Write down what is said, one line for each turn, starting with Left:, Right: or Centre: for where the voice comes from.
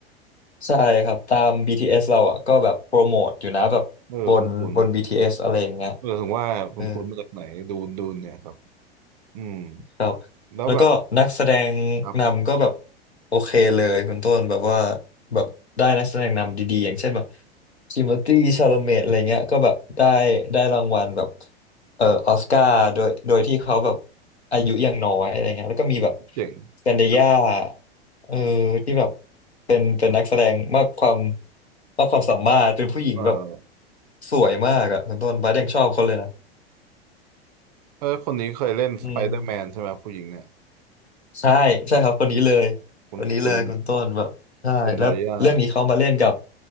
Left: ใช่ครับตาม BTS เอสเราอ่ะก็แบบโปรโมทอยู่นะแบบบนบน
Right: เออคุ้นคุ้น
Left: BTS อสอะไรอย่างเงี้ย
Right: เออถึงว่าคุ้นคุ้นมาจากไหนดูดูเนี่ยครับ
Left: เออ
Right: อืม
Left: ครับแล้วก็นักแสดงนำก็แบบ
Right: แล้วแบบครับ
Left: โอเคเลยคุณต้นแบบว่าแบบได้นักแสดงนำดีๆอย่างเช่นแบบทิโมธีชาโลเมตอะไรเงี้ยก็แบบได้ได้รางวัลแบบเอ่อออสการ์โดยโดยที่เขาแบบอายุยังน้อยอะไรเงี้ยแล้วก็มีแบบ
Right: เจ๋ง
Left: แซนเดียา
Right: ครับ
Left: เออที่แบบเป็นเป็นนักแสดงมากความมากความสามารถเป็นผู้หญิงแบบ
Right: เออ
Left: สวยมากอะคุณต้นบาสยังชอบเขาเลยนะ
Right: เออคนนี้เคยเล่นสไปเดอร์แมนใช่ไหมผู้หญิงเนี่ย
Left: อืม ใช่ใช่ครับคนนี้เลย
Right: คุ้นคุ้น
Left: คนนี้เลยคุณต้นแบบใช่แล้วเรื่องนี้เขามาเล่นกับ
Right: เซนไดยา